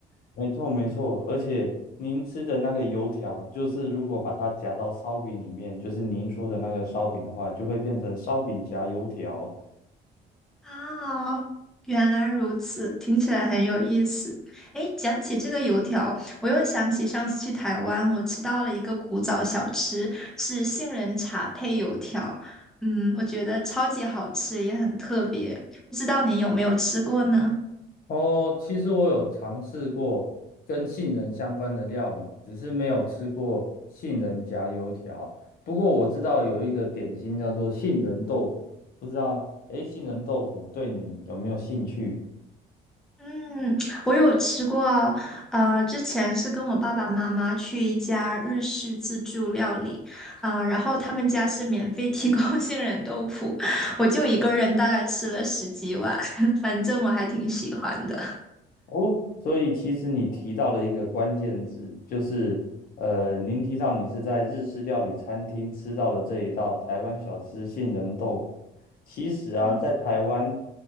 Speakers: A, on the left; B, in the centre.
A: 没错没错，而且您吃的那个油条，就是如果把它夹到烧饼里面，就是您说的那个烧饼的话，就会变成烧饼夹油条。
B: 啊，原来如此，听起来很有意思。诶，讲起这个油条，我又想起上次去台湾，我吃到了一个古早小吃，是杏仁茶配油条。嗯，我觉得超级好吃，也很特别。不知道您有没有吃过呢？
A: 哦，其实我有尝试过跟杏仁相关的料理，只是没有吃过杏仁夹油条。不过我知道有一个点心叫做杏仁豆腐，不知道，诶，杏仁豆腐对你有没有兴趣？
B: 嗯，我有吃过，呃，之前是跟我爸爸妈妈去一家日式自助料理，呃，然后他们家是免费提供 <laughs> 杏仁豆腐，我就一个人大概吃了十几碗，<laughs> 反正我还挺喜欢的。
A: 哦，所以其实你提到了一个关键字，就是呃，您提到你是在日式料理餐厅吃到了这一道台湾小吃杏仁豆腐。其实啊，
B: 嗯
A: 在台湾，